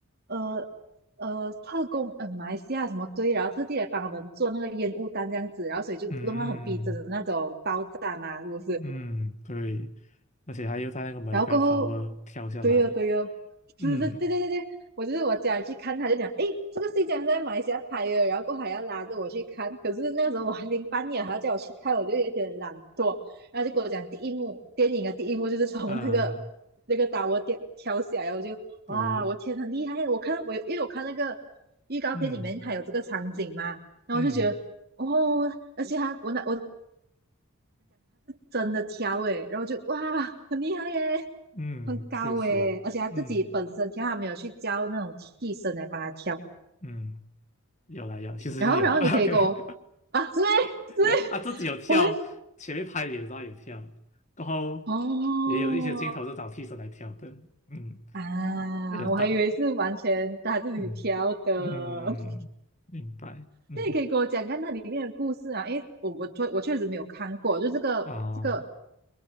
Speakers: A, on the right; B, on the left.
A: 呃呃，特工，呃，马来西亚什么队，然后特地来帮他们做那个烟雾弹这样子，然后所以就弄到很逼真的那种爆炸嘛，
B: 嗯
A: 是不是？
B: 嗯，对，而且他又在那个 Mega
A: 然后过后，
B: Tower 跳下来，
A: 对哦对哦，是是，
B: 嗯
A: 对对对对，我就是我家人去看，他就讲，诶，这个戏讲是在马来西亚拍的，然后过后还要拉着我去看，可是那个时候我还零半夜，
B: 嗯
A: 还要叫我去看，我就有点懒惰，然后就跟我讲第一幕，电影的第一幕就是从那个那个打窝掉跳下来，
B: 啊，
A: 我就哇，
B: 对，
A: 我天，很厉害！我看我因为我看那个预告片里面它有这个场景嘛，
B: 嗯
A: 然后我就觉得哦，
B: 嗯
A: 而且还我那我真的挑诶，然后就哇，很厉害耶，
B: 嗯，
A: 很高诶，
B: 确实，
A: 而且他自己本身挑，
B: 嗯
A: 他没有去教那种替身来帮他挑。
B: 嗯，有了有，其实是有了
A: 然后，然后你可以给我啊，
B: <laughs>，OK，
A: 是咩？是咩？
B: 有啊，他自己有跳，
A: <laughs> 我还
B: 前面拍脸的时候他有跳，然后
A: 哦
B: 也有一些镜头是找替身来跳的，嗯，
A: 啊，
B: 比较大，
A: 我还以为是完全他自己挑的。
B: 嗯嗯，
A: <laughs>
B: 明白，嗯，
A: 那你可以给我讲看那里面的故事啊，因为我我确我确实没有看过，就这个这个
B: 哦，